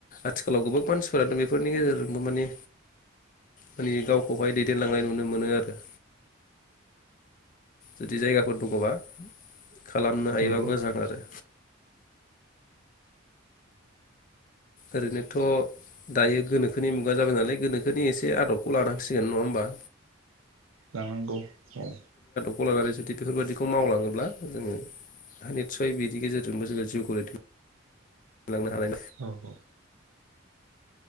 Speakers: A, on the left (about 40°); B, on the right (about 85°).
A: आथिखालाव गोबां मानसिफोरानो बेफोरनि गेजेरजोंबो माने माने गावखौहाय दैदेनलांनाय नुनो मोनो आरो जुदि जायगाफोर दङबा खालामनो हायोबा
B: नंगौ
A: मोजां आरो ओरैनोथ' दायो गोनोखोनि मुगा जाबाय नालाय गोनोखोनि एसे आदबखौ लानांसिगोन नङा होमबा?
B: लानांगौ औ
A: कलारारि जुदि बेफोरबायाददिखौ मावलांङोब्ला जोंङो नितसय बिनि गेजेरजोंबो जोंङो जिवखौ दैदैन लांनो हानाय
B: औ औ